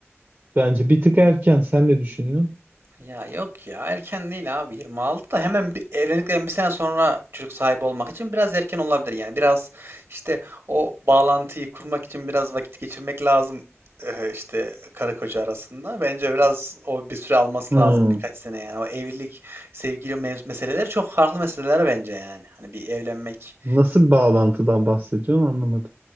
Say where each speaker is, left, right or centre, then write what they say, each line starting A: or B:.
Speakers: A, on the right (about 40°); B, on the right (about 65°).
A: bence bir tık erken. Sen ne düşünüyorsun?
B: Ya yok ya erken değil abi 26 da hemen bir, evlendikten bir sene sonra çocuk sahibi olmak için biraz erken olabilir yani biraz işte o bağlantıyı kurmak için biraz vakit geçirmek lazım eh, işte karı koca arasında bence biraz o bir süre alması
A: Hmm.
B: lazım birkaç sene yani o evlilik sevgili mevz- meseleleri çok farklı meseleler bence yani hani bir evlenmek
A: Nasıl bir bağlantıdan bahsediyorsun anlamadım.